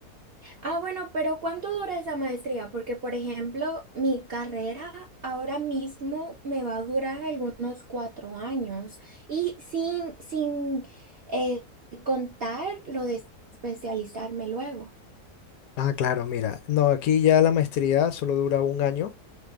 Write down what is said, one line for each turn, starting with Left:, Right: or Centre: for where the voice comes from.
Right: Ah, bueno, pero ¿cuánto dura esa maestría? Porque, por ejemplo, mi carrera ahora mismo me va a durar algunos cuatro años y sin, sin eh, contar lo de especializarme luego.
Left: Ah, claro, mira. No, aquí ya la maestría solo dura un año